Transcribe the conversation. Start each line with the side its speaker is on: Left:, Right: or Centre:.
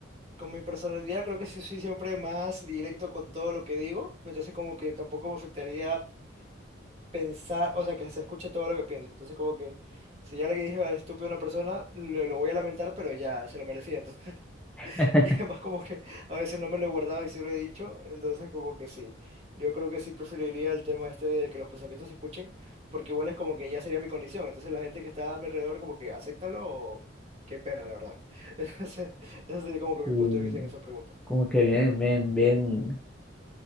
Right: con mi personalidad creo que sí soy siempre más directo con todo lo que digo, entonces como que tampoco me afectaría pensar, o sea, que se escuche todo lo que pienso. Entonces, como que si ya le dije al estúpido a una persona, lo, lo voy a lamentar, pero ya se lo merecía. Entonces, <laughs>
Centre: <laughs>
Right: y además, como que a veces no me lo he guardado y sí lo he dicho. Entonces, como que sí. Yo creo que sí preferiría el tema este de que los pensamientos se escuchen, porque igual es como que ya sería mi condición. Entonces, la gente que está a mi alrededor, como que acéptalo o qué pena, la verdad. <laughs> Entonces, ese sería como que mi
Centre: Mm,
Right: punto de vista en esa pregunta.
Centre: Como que bien, bien, bien,